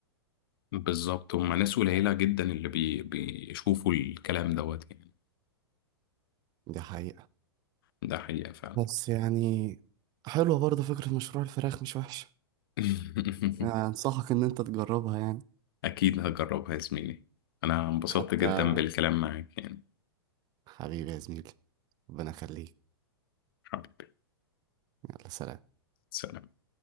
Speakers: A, on the left; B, on the right.
A: بالظبط هما ناس قليلة جدا اللي بي... بيشوفوا الكلام دوت يعني
B: دي حقيقة
A: ده حقيقة فعلا
B: بس يعني حلوة برضه فكرة مشروع الفراخ مش وحشة
A: <laughs>
B: يعني أنصحك إن أنت تجربها يعني
A: أكيد هجربها يا زميلي أنا انبسطت
B: حتى
A: جدا بالكلام معاك يعني
B: حبيبي يا زميلي ربنا يخليك
A: حبيبي
B: يلا سلام
A: سلام